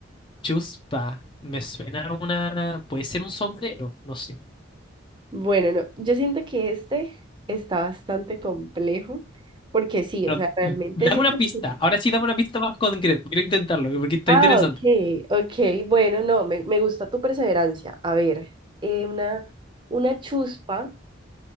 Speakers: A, on the left; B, on the right.
A: chuspa. Me suena a una... Puede ser un sombrero. No sé.
B: Bueno, no, yo siento que este está bastante complejo, porque sí,
A: Pero
B: o sea, realmente
A: mm, dame
B: siento
A: una pista.
B: que...
A: Ahora sí dame una pista más concreta. Quiero intentarlo porque está
B: Ah,
A: interesante.
B: ok, ok, bueno, no, me, me gusta tu perseverancia. A ver, eh, una, una chuspa,